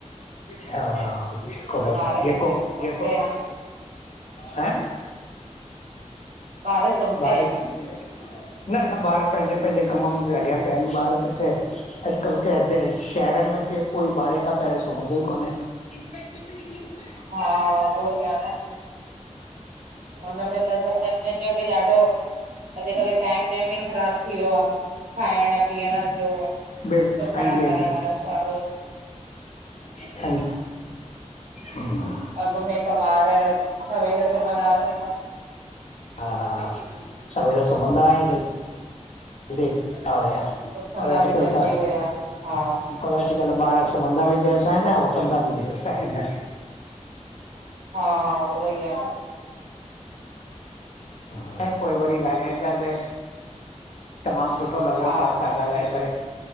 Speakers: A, on the left; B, on the right.
A: हा ॼेको बस,
B: ॿार
A: ॼेको
B: किथे सुम
A: ॼेको
B: पिया आहिन
A: है
B: ॿार सुम पिया
A: भारच
B: आहिन
A: न न ॿार पहिजे पहिजे कम्म मे लॻया पया आहिनि, ॿारु किथे अॼुकल्ह कै देश शहरन मे केर, कोई ॿारहें खा पहिरयों सुम्हदो ई कोन्हें। इस्ट्रोबेरी पी हूं मैं।
B: हा, उहोई आ न। उनमे त असा सिधिन जो बि ॾाढ़ो, अॼकल्ह टाइम नेम ई ख़राब थी व्यो आ, खाइण पीअण जो, सुमण
A: बिल्कुलु हांजी
B: करण जो, सभ।
A: हूं हूं
B: अॻमें त ॿार सवेल सुमंदा हा।
A: हा हा हा, सवेल सुम्हदा हा, ऐं जल्दी उथदा हुया,
B: उथंदा
A: पर अॼकल
B: बि जल्दी
A: त,
B: हुया हा
A: पर अॼकल्ह ॿार सुम्हदा बि देर सा एन, ऐं उथदा बि देर सां एन।
B: हा, उअई आ न।
A: अड़े! पोइ वरी ॻाल्हाईंदासे, तमाम सुठो लॻयो
B: हा
A: तहां
B: हा
A: सां
B: ठीकु
A: ॻाल्हाए करे।